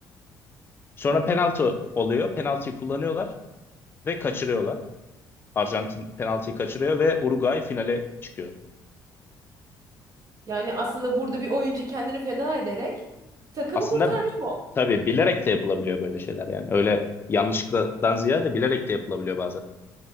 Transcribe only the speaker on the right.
Yani aslında burada bir oyuncu kendini feda ederek takımı
kurtarmış